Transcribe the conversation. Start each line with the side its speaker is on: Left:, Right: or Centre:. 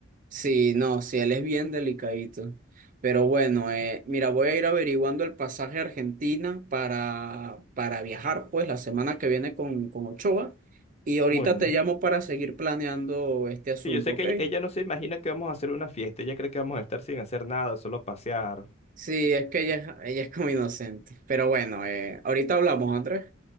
Right: Sí, no, sí, él es bien delicadito. Pero bueno, eh, mira, voy a ir averiguando el pasaje a Argentina para, para viajar, pues, la semana que viene con, con Ochoa. Y ahorita
Left: Bueno,
Right: te llamo para seguir planeando este asunto,
Left: sí, yo sé
Right: ¿ok?
Left: que ella, ella no se imagina que vamos a hacer una fiesta, ella cree que vamos a estar sin hacer nada, solo pasear.
Right: Sí, es que ella, es- ella es como inocente. Pero bueno, eh, ahorita hablamos, Andrés.